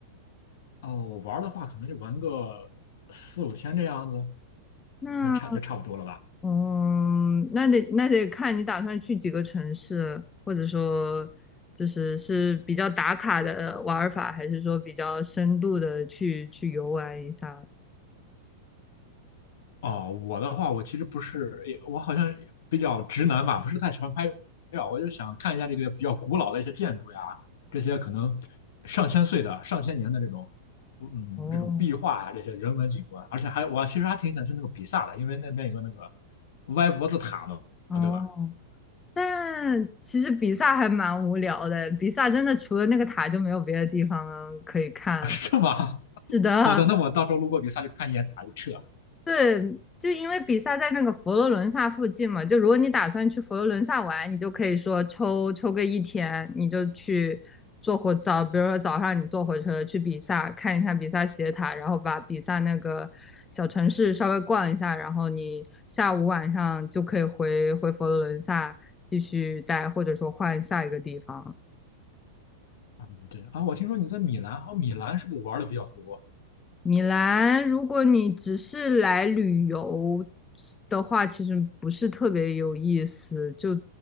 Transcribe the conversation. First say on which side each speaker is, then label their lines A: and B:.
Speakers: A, on the left (about 70°); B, on the left (about 20°).
A: 哦，我玩的话可能就玩个四五天这样子。
B: 那
A: 应该差就差不多了吧？
B: 嗯，那得那得看你打算去几个城市，或者说就是是比较打卡的玩儿法，还是说比较深度的去去游玩一下？
A: 哦，我的话，我其实不是，也我好像也比较直男吧，不是太喜欢拍照，我就想看一下这个比较古老的一些建筑呀，这些可能上千岁的、上千年的这种，嗯，
B: 哦。
A: 这种壁画呀，这些人文景观，而且还我其实还挺想去那个比萨的，因为那边有个那个歪脖子塔嘛，
B: 哦，
A: 对吧？
B: 但其实比萨还蛮无聊的，比萨真的除了那个塔就没有别的地方可以看。
A: <laughs> 是吗？
B: 是的，
A: 好的，那我到时候路过比萨就看一眼塔就撤。
B: 对，就因为比萨在那个佛罗伦萨附近嘛，就如果你打算去佛罗伦萨玩，你就可以说抽抽个一天，你就去坐火早，比如说早上你坐火车去比萨看一看比萨斜塔，然后把比萨那个小城市稍微逛一下，然后你下午晚上就可以回回佛罗伦萨继续待，或者说换下一个地方。
A: 嗯，对啊，我听说你在米兰，哦，米兰是不是玩的比较多？
B: 米兰，如果你只是来旅游的话，其实不是特别有意思。就